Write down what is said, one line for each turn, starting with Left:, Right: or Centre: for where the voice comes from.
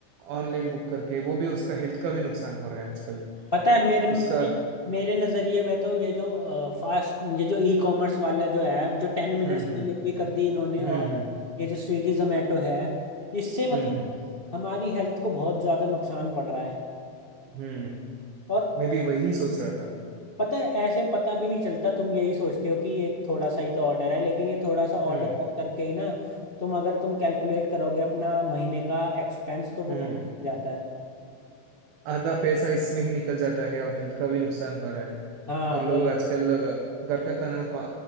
Right: ऑनलाइन बुक करके वो भी उसका हेल्थ का भी नुकसान हो रहा है आजकल
Left: पता है मेरे मेरे
Right: उसका
Left: मेरे नज़रिए में तो ये जो फास्ट ये जो ई कॉमर्स वाला जो है जो टेन मिनट्स
Right: हम्म
Left: डिलीवरी
Right: हम्म
Left: कर दी इन्होंने
Right: हम्म
Left: और
Right: हम्म
Left: ये जो स्विगी जोमेटो है इससे मतलब
Right: हम्म हम्म
Left: हमारी हेल्थ को बहुत ज़्यादा नुकसान पड़ रहा है
Right: हम्म,
Left: और
Right: मैं भी वही सोच रहा था
Left: पता है ऐसे पता भी नहीं चलता तुम यही सोचते हो कि ये थोड़ा सा ही तो ऑर्डर है लेकिन ये थोड़ा सा ऑर्डर
Right: हम्म
Left: कर करके ही ना तुम अगर तुम कैलकुलेट करोगे अपना महीने का एक्सपेंस
Right: हम्म
Left: तो वो बहुत हो जाता है
Right: आधा पैसा इसमें ही निकल जाता है और हेल्थ का भी नुकसान हो रहा है
Left: हाँ
Right: और
Left: वही
Right: लोग आजकल अ, घर का खाना कौ-